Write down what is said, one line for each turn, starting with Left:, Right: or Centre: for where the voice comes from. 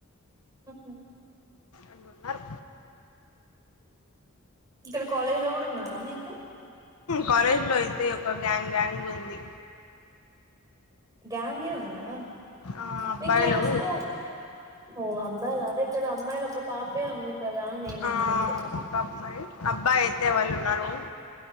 Right: ఆహా
Left: ఉన్నారు
Right: ఇక్కడ కాలేజ్ లో కూడా ఉన్నారా మీకు
Left: కాలేజ్ లో అయితే ఒక గ్యాంగ్ గ్యాంగ్ ఉంది
Right: గ్యాంగే ఉందా
Left: ఆహ్, అబ్బాయిలు
Right: మీ క్లాస్ లో ఓ అబ్బా అదే కద అమ్మాయిలు ఒక పాపే ఉంది కదా అని నేను
Left: ఆ
Right: అనుకుంటున్నా
Left: ఒక అమ్మాయి అబ్బాయితే అయితే వాళ్ళు ఉన్నారు